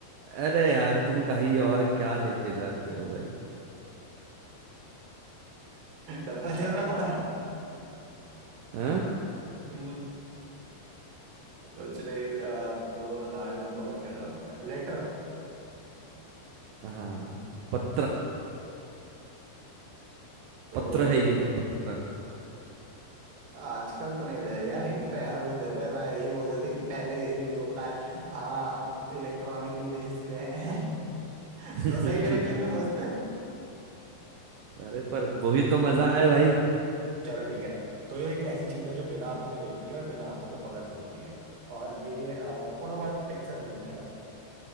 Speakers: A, on the right (about 80°); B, on the right (about 60°).
A: अरे यार तुम कहीं और क्या लेके जाते हो भाई
B: डब्बा चल रहा तुम्हारा
A: हाँ
B: हम्म कुछ नहीं आ, तो लाल डब्बों में क्या डालते हैं लेटर
A: हाँ पत्र
B: तो
A: पत्र है ये है पत्र
B: आजकल तो नहीं भेजा यार हिंट पे ऐसा कुछ देते हैं मैं ये बोल देते कि पहले यूज होता है था अब इलेक्ट्रॉनिकली भेजते हैं <laughs>
A: <laughs>
B: तो सही डायरेक्शन में सोचते हैं
A: अरे पर वही तो मजा है भाई
B: चलो ठीक है तो ये एक ऐसी चीज है जो बिना आंखों के देखती है और बिना हाथों के पकड़ सकती है और ये आ, थोड़ा बहुत टेक से रिलेटेड है